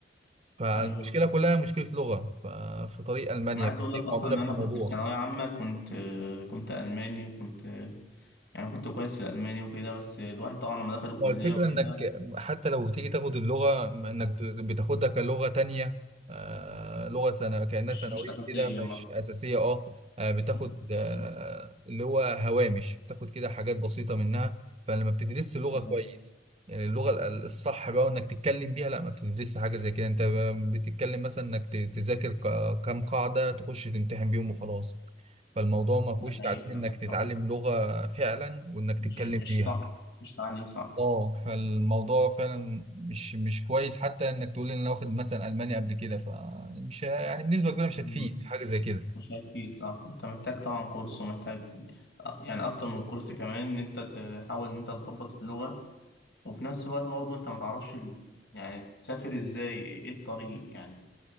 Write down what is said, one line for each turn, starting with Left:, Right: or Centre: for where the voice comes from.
Right: فالمشكلة
Left: أيوه بالظبط.
Right: كلها مشكلة لغة ف- في طريق ألمانيا
Left: أنا عايز
Right: فدي
Left: أقول لك أصلا
Right: معضلة
Left: إن
Right: في
Left: أنا
Right: الموضوع
Left: كنت في ثانوية عامة كنت كنت ألماني وكنت يعني كنت كويس في الألماني وكده بس الواحد طبعا لما دخل الكلية
Right: هو الفكرة
Left: وكده
Right: انك حتى لو تيجي تاخد اللغة انك بت- بتاخدها كلغة تانية آه لغة سنة كأنها
Left: مش
Right: ثانوية
Left: مش أساسية
Right: كده مش
Left: ما
Right: أساسية اه آه، بتاخد
Left: ما تركزش
Right: آه
Left: فيه
Right: اللي هو هوامش بتاخد كده حاجات بسيطة منها فلما بتدرس اللغة
Left: بالظبط
Right: كويس يعني اللغة ال- الصح بقى وانك تتكلم بيها لا ما بتدرسش حاجة زي كده انت بتتكلم مثلا انك ت- تذاكر ك- كام قاعدة تخش تمتحن بيهم وخلاص فالموضوع ما فيهوش
Left: ده حقيقي
Right: تعليم
Left: فعلا.
Right: انك تتعلم
Left: صح.
Right: لغة فعلا وانك
Left: مش
Right: تتكلم
Left: مش
Right: بيها
Left: صح مش تعليم صح
Right: اه فالموضوع فعلا مش مش كويس حتى انك تقول ان انا واخد مثلا المانيا قبل كده فمش ه- يعني بنسبه كبيره مش هتفيد
Left: مم.
Right: في حاجه زي كده
Left: مش هيفيد صح أنت محتاج طبعا كورس ومحتاج يعني أكتر من كورس كمان إن أنت تحاول إن أنت تظبط اللغة وفي نفس الوقت برضه أنت ما تعرفش ال... يعني تسافر إزاي إيه الطريق يعني